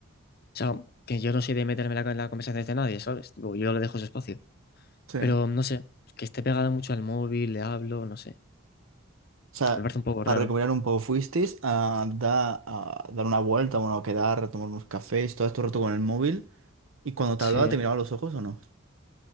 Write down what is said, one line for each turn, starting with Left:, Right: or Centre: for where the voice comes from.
Left: o sea, que yo no soy de meterme en la, en la conversación de nadie, ¿sabes? Tipo, yo le dejo su espacio.
Right: sí. O
Left: Pero no sé, que esté pegado mucho al móvil, le hablo, no sé.
Right: sea,
Left: Me parece un poco
Right: para
Left: raro.
Right: recuperar un poco, ¿fuisteis a, da- a dar una vuelta, bueno, a quedar, a tomar unos cafés, todo este rato con el móvil? ¿Y cuando te
Left: Sí.
Right: hablaba, te miraba a los ojos o no?